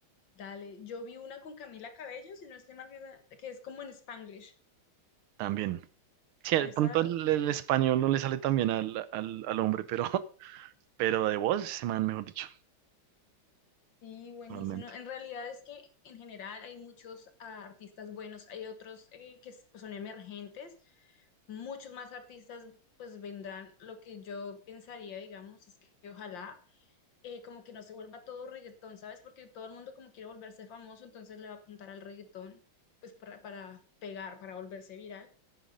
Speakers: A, on the left; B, on the right.
A: Dale, yo vi una con Camila Cabello, si no estoy mal, que es que es como en Spanglish,
B: también. Sí,
A: pero
B: de
A: esa
B: pronto el, el español no le sale tan bien al, al, al hombre, pero, <laughs> pero de voz, ese man, mejor dicho,
A: sí, buenísima.
B: realmente.
A: En realidad es que en general hay muchos ah, artistas buenos, hay otros eh, que s- pues, son emergentes, muchos más artistas pues vendrán. Lo que yo pensaría, digamos, es que ojalá eh, como que no se vuelva todo reggaetón, ¿sabes? Porque todo el mundo como quiere volverse famoso, entonces le va a apuntar al reggaetón, pues para, para pegar, para volverse viral